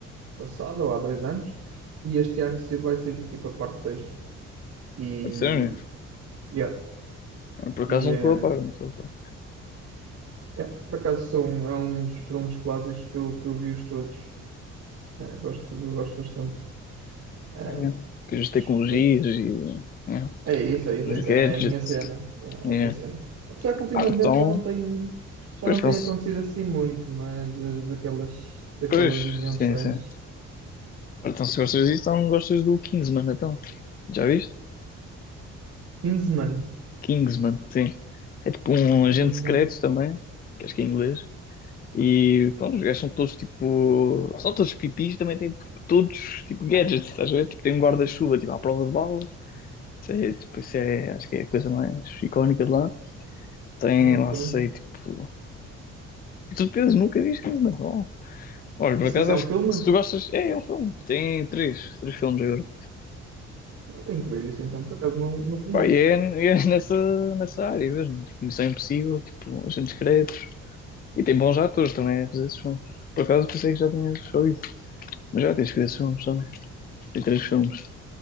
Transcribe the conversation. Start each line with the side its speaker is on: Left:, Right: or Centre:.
Right: passado ou há dois anos, e este ano se- vai sair tipo a parte dois E,
Left: É sério.
Right: yeah.
Left: Por acaso
Right: E,
Left: não
Right: eh,
Left: estou a par, não estou a par.
Right: yeah, por acaso são, é um dos filmes clássicos que eu, que eu vi os todos. Ah, gosto, gosto bastante. Ah,
Left: Ah, yeah. Depois
Right: mas,
Left: as tecnologias
Right: bem,
Left: e yeah.
Right: É isso, é isso,
Left: os
Right: é isso.
Left: gadgets.
Right: É a minha cena. Yeah, É
Left: Yeah.
Right: a minha cena. Apesar que ultimamente
Left: Ah, então.
Right: já não tem, já
Left: Pois,
Right: não
Left: então,
Right: tem
Left: se-
Right: acontecido assim muito, não é? De- daquelas, daquelas
Left: pois,
Right: invenções.
Left: sim, sim. Ora, Então, se gostas
Right: Oh,
Left: disso, então gostas do Kingsman, então. Já viste?
Right: Kingsman?
Left: Kingsman, sim. É tipo um agente
Right: Não.
Left: secreto também, que acho que é inglês. E pronto, os gajos são todos tipo. São todos pipis, também têm todos tipo gadgets, estás a ver? Tipo, tem um guarda-chuva tipo, à prova de balas. Isso é, tipo, isso é, acho que é a coisa mais icónica de lá. Tem
Right: Nunca.
Left: lá, sei, tipo. De certeza, nunca vi isso, mas bom. Olha,
Right: Isso,
Left: por acaso,
Right: isso é
Left: acho
Right: um filme?
Left: que se tu gostas. É, é um filme. Tem três, três filmes agora.
Right: Eu tenho que ver isso então, por acaso não, não conheço.
Left: Pá, e é, e é nessa, nessa área mesmo. Tipo, Missão Impossível, tipo, Agentes Secretos. E tem bons atores também a fazer esses filmes. Por acaso, pensei que já tinhas só isso. Mas já tens que ver esses filmes também. Tem três filmes.